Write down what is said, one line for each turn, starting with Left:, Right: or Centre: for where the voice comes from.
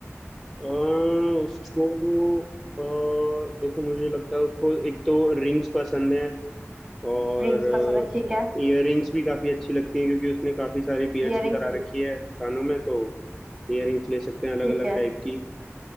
Centre: अ, उसको अ, देखो मुझे लगता है उसको एक तो रिंग्स पसंद है और
Right: रिंग्स पसंद है ठीक है
Centre: इयररिंग्स भी काफी अच्छी लगती हैं क्योंकि उसने काफी सारी पियर्सिंग
Right: इयररिंग्स
Centre: करा
Right: भी
Centre: रखी है कानों में तो इयररिंग्स ले सकते हैं अलग
Right: ठीक
Centre: अलग
Right: है
Centre: टाइप की